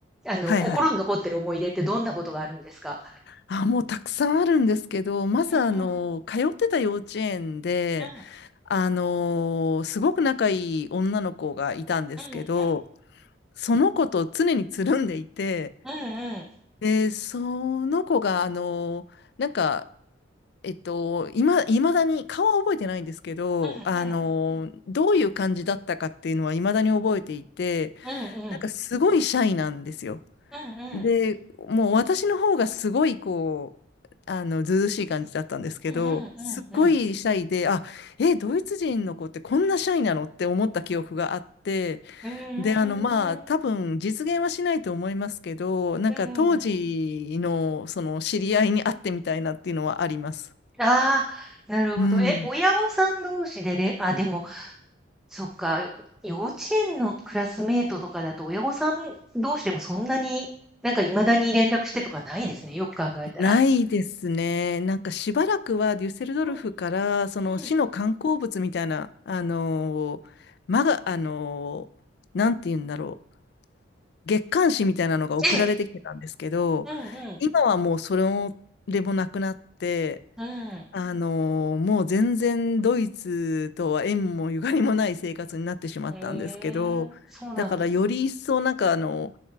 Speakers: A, in the centre; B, on the left (about 55°).
A: あの、
B: はいはい。
A: 心に残ってる思い出ってどんなことがあるんですか？
B: あ、もうたくさんあるんですけど、まずあの、
A: うんうん、
B: 通ってた幼稚園で、
A: うん、
B: あの、すごく仲いい女の子がいたんですけど、
A: うんうんうん。
B: その子と常につるんでいて、
A: うんうん。
B: で、その子があの、なんか、えっと、今、いまだに、顔は覚えてないんですけど、
A: うんうん。
B: あの、どういう感じだったかっていうのはいまだに覚えていて、
A: うんうん。
B: なんかすごいシャイなんですよ。
A: うんうん。
B: で、もう私の方がすごいこう、あの、ずうずうしい感じだったんですけど、
A: う
B: すっごいシャイで、
A: ん。
B: あ、え、ドイツ人の子ってこんなシャイなのって思った記憶があって、
A: うーん。
B: で、あの、まあ、多分実現はしないと思いますけど、なんか当時のその知り合いに会ってみたいなっていうのはあります。
A: うん。ああ、なるほど。
B: うん。
A: え、親御さん同士でれあ、でも、そっか、よ幼稚園のクラスメイトとかだと、親御さん同士でもそんなに、なんか未だに連絡してとかないですね、よく考えたら。
B: ないですね。なんかしばらくはデュッセルドルフからその市の観光物みたいな、
A: うん、うん。
B: あのーまが、あのーなんて言うんだろう、月刊誌みたいなのが送られてきてたんですけど、
A: ええ。うんうん。
B: 今はもうそれもでもなくなって、
A: うん。
B: あのーもう全然ドイツとは縁もゆかりもない生活になってしまったんですけど、
A: うーん、そうなんです。
B: だからより一層なんかあの